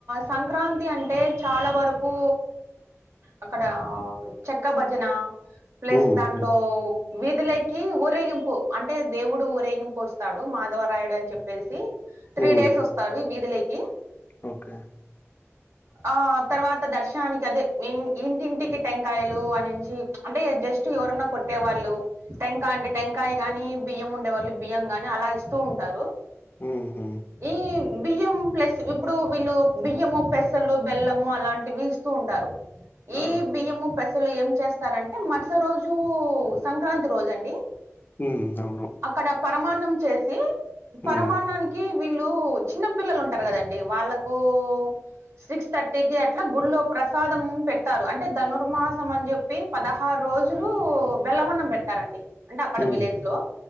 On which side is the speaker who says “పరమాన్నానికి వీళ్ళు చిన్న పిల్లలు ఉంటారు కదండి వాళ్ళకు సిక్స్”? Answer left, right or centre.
Right